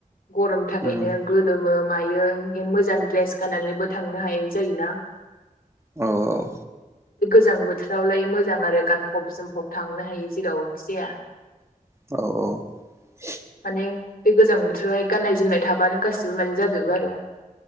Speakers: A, on the left; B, on the right.
A: गरमनि थाखायनो
B: उम
A: गोलोमो मायो मोजां द्रेस गानानैबो थांनो हायै जायोना
B: औ औ
A: मोजां बोथोरावलाय मोजां आरो गानफब जोमफब थांनो हायो जेरावखि जाया
B: औ
A: माने बे गोजां बोथोरावहाय गाननाय जोमनाय थाबानो गासिबो माने जाजोबो आरो